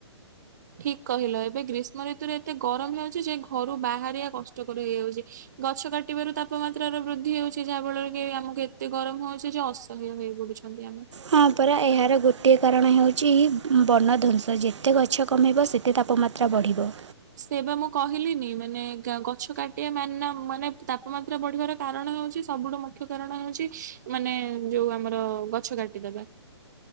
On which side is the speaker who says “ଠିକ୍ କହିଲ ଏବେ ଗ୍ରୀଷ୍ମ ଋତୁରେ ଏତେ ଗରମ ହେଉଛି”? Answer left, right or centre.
Right